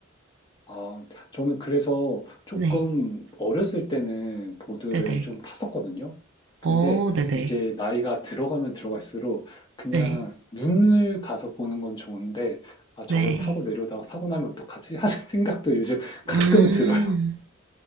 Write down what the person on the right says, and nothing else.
네.
네네.
어, 네네.
네.
네.
음,